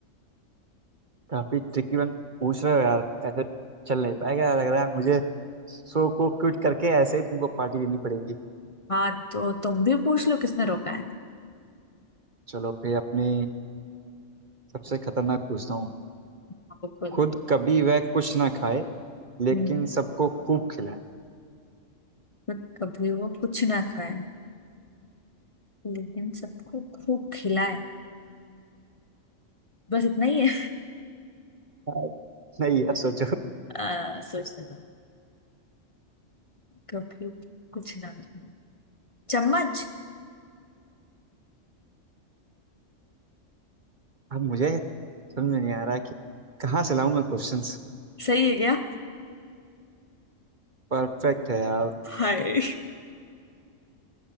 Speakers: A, on the right; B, on the left.
A: काफी ट्रिकी वन पूछ रहे हो यार ऐसे चल नहीं पाएगा लग रहा है मुझे शो को क्विट करके ऐसे ही तुमको पार्टी देनी पड़ेगी
B: हाँ तो तुम भी पूछ लो किसने रोका है
A: चलो फिर अपने सबसे खतरनाक पूछता हूँ
B: हाँ, बिल्कुल
A: खुद कभी वह कुछ ना खाए लेकिन
B: हम्म
A: सबको खूब खिलाए
B: पर कभी वो कुछ ना खाए लेकिन सबको खूब खिलाए बस इतना ही है
A: हाँ, नहीं यार सोचो
B: <laughs> आ, सोचते तो कभी कुछ ना खाया। चम्मच
A: अब मुझे समझ में नहीं आ रहा कि कहाँ से लाऊं मैं क्वेश्चंस
B: सही है क्या
A: परफेक्ट है यार
B: हाय